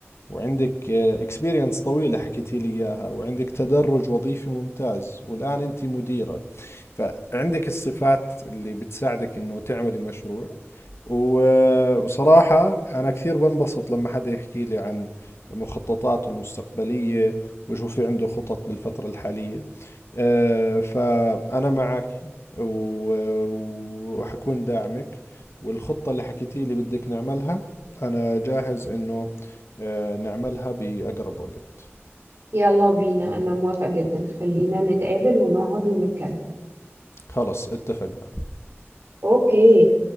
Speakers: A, on the left; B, on the right.
A: وعندك اكسبيرينس طويلة حكيتي لي إياها وعندك تدرج وظيفي ممتاز والآن أنت مديرة فعندك الصفات اللي بتساعدك انه تعملي مشروع و- وصراحة انا كثير بنبسط لما حدا يحكي لي عن مخططاته المستقبلية وشو في عنده خطط بالفترة الحالية آه، فأنا معك و- وحكون داعمك والخطة اللي حكيتي لي بدك نعملها أنا جاهز إنه آه، نعملها بأقرب وقت
B: يلا بينا أنا موافقة جدا خلينا نتقابل ونقعد ونتكلم
A: خلص اتفقنا
B: أوكي